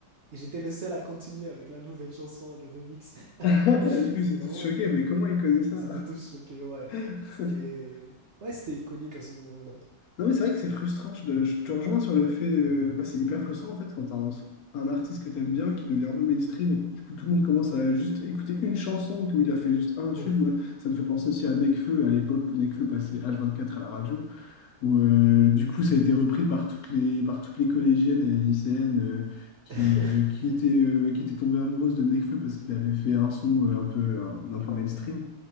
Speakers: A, on the right; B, on the left.
A: Et j'étais le seul à continuer avec la nouvelle chanson, le remix.
B: <laughs> Du coup,
A: C'était
B: ils étaient
A: vraiment
B: tous choqués,
A: une dinguerie.
B: mais comment il connaît ça?
A: Ils étaient tous choqués, ouais.
B: <laughs>
A: C'était... Ouais, c'était iconique à ce moment-là.
B: Non, mais c'est vrai que c'est frustrant. Je, te je te rejoins sur le fait. euh, bah, c'est hyper frustrant en fait quand t'as un, un artiste que t'aimes bien qui devient un peu mainstream et que du coup tout le monde commence à juste écouter une chanson où il a fait juste un tube.
A: Ouais.
B: Moi, ça me fait penser aussi à Nekfeu à l'époque où Nekfeu passait H24 à la radio. où euh,
A: Hmm.
B: du coup ça a été repris par toutes les, par toutes les collégiennes et les lycéennes euh, qui,
A: <laughs>
B: euh, qui étaient, euh, qui étaient tombées amoureuses de Nekfeu parce qu'il avait fait un son euh, un peu, un, un peu mainstream.